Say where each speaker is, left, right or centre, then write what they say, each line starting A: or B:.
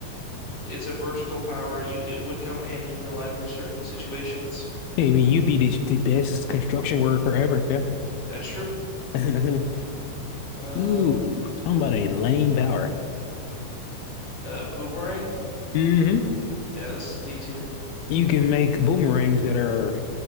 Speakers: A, on the left (about 40°); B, on the left (about 80°).
A: it's a versatile power. You it would come in handy in real life for certain situations.
B: Yeah, I mean, you'd be the, the best construction worker ever. Yeah.
A: That's true.
B: <laughs>
A: Uh,
B: Ooh, talking about a lame power.
A: uh, Boomerang.
B: Mm-hmm.
A: Yeah, this is D tier.
B: You can make boomerangs that are